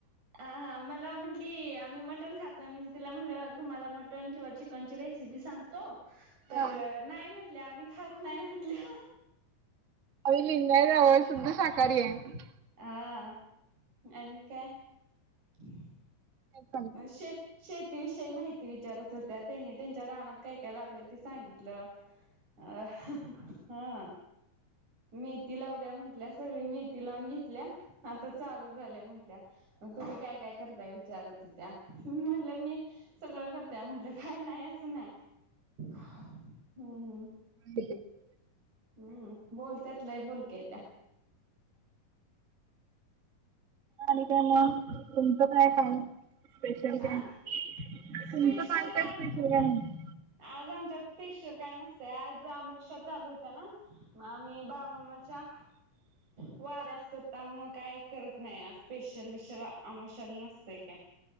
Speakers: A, on the right (about 55°); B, on the right (about 40°).
A: हा हा. मला म्हटली आम्ही मटन खात नाही म्हणजे, तिला म्हटलं तुम्हाला मटन किंवा चिकनची रेसिपी सांग तो तर
B: हा
A: नाही म्हटल्या आम्ही, खात नाही म्हटल्य.
B: आम्ही लिंगायत आहे ओ, शुद्ध शाकाहारी आहे.
A: आ, आणि काय हं.
B: होय काय
A: शे शेतीविषयी माहिती विचारत होत्या, त्यांनी त्यांच्या रानात काय काय लावलंय ते सांगितलं. हा. मेथी लावल्या म्हंटल्या सगळी, मेथी लावून घेतल्या आता चालू झाल्या म्हंटल्या. मग तुम्ही काय, काय करताय विचारतं. त्या म्हटलं मी सगळं करत्या म्हंटलं काही नाही असं नाय. हम्म. हम्म.
B: <unintelligible> <inaudible>
A: हम्म. बोलत्यात लय बोलक्या आहेत त्या.
B: आणि काय मग. तुमचं काय काय स्पेशल काय?
A: आ
B: तुमचं
A: स्पेशल
B: काल काय स्पेशल काय नाही.
A: आज आमच्या स्पेशल काय नसतं, आज आमोशा चालू होत्या ना. आम्ही बाळु मामाच्या. वाऱ्या असतात त्यामुळं, काय करत नाही स्पेशल बेशल आमोशल नसते कायं.